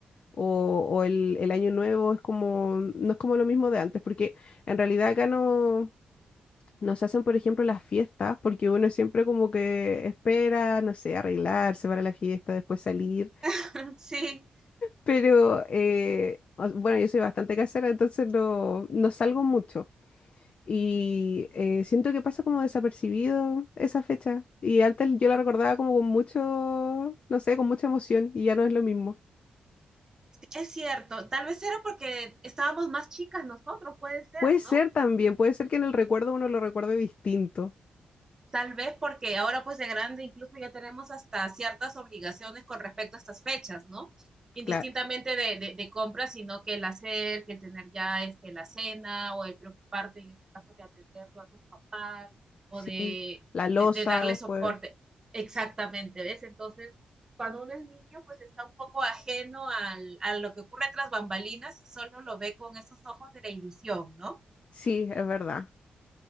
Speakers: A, on the left; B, on the right.
A: o, o el, el Año Nuevo, es como, no es como lo mismo de antes, porque en realidad acá no nos hacen, por ejemplo, las fiestas, porque uno siempre como que espera, no sé, arreglarse para la fiesta, después salir,
B: <laughs> sí.
A: pero eh, o- bueno, yo soy bastante casera, entonces no, no salgo mucho. Y eh, siento que pasa como desapercibido esa fecha. Y antes yo la recordaba como con mucho, no sé, con mucha emoción y ya no es lo mismo.
B: Es cierto, tal vez era porque estábamos más chicas nosotros, puede ser,
A: Puede
B: ¿no?
A: ser también, puede ser que en el recuerdo uno lo recuerde distinto.
B: tal vez porque ahora pues de grande incluso ya tenemos hasta ciertas obligaciones con respecto a estas fechas, ¿no? Indistintamente
A: Claro,
B: de, de, de compras, sino que el hacer, que el tener ya este, la cena o el preocuparte en este caso de atender a tus papás o
A: sí,
B: de,
A: la losa
B: de, de darle
A: después.
B: soporte. Exactamente, ¿ves? Entonces, cuando uno es niño, pues está un poco ajeno al, a lo que ocurre tras bambalinas y solo lo ve con esos ojos de la ilusión, ¿no?
A: Sí, es verdad.